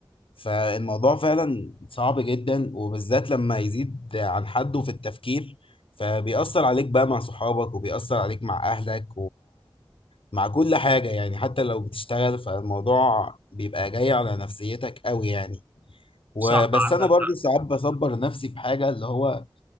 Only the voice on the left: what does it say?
فالموضوع فعلا صعب جدا وبالذات لما يزيد عن حده في التفكير فبيأثر عليك بقى مع صحابك وبيأثر عليك مع أهلك مع كل حاجة يعني حتى لو بتشتغل فالموضوع بيبقى جاي على نفسيتك قوي يعني وبس
أنا برضو
ساعات بصبر نفسي بحاجة اللي هو